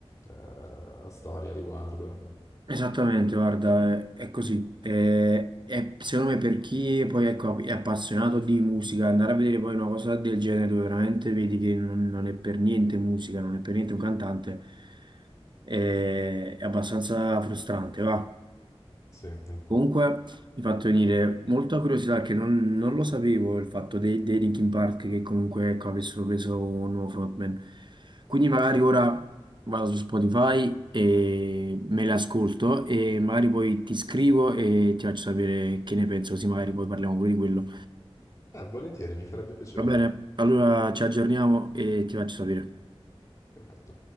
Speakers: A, on the left; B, on the right.
A: eh, storie a riguardo.
B: Esattamente, guarda, è, è così. È, è- secondo me per chi poi ecco, è appassionato di musica, andare a vedere poi una cosa del genere dove veramente vedi che non, non è per niente musica, non è per niente un cantante, è, è abbastanza frustrante, va.
A: Sì, eh,
B: Comunque mi ha fatto venire molta curiosità che non, non lo sapevo il fatto dei, dei Linkin Park che comunque ecco, avessero preso un nuovo frontman. Quindi magari ora vado su Spotify e me le ascolto e magari poi ti scrivo e ti faccio sapere che ne penso, così magari poi parliamo pure di quello.
A: volentieri, mi farebbe piacere.
B: Va bene, allora ci aggiorniamo e ti faccio sapere.
A: Perfetto.